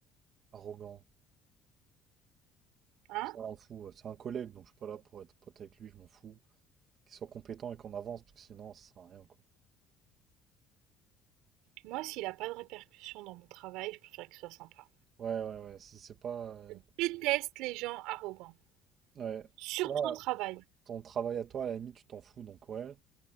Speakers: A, on the right; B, on the right.
A: Arrogant,
B: hein?
A: ça m'en fout. euh, C'est un collègue, donc je suis pas là pour être pote avec lui, je m'en fous. Qu'il soit compétent et qu'on avance, parce que sinon, ça sert à rien, quoi.
B: Moi, s'il n'a pas de répercussions dans mon travail, je préfère qu'il soit sympa.
A: Ouais, ouais, ouais, si c'est pas. euh,
B: Je déteste les gens arrogants,
A: Ouais.
B: surtout
A: Là,
B: au travail.
A: ton travail à toi, à la limite, tu t'en fous, donc ouais.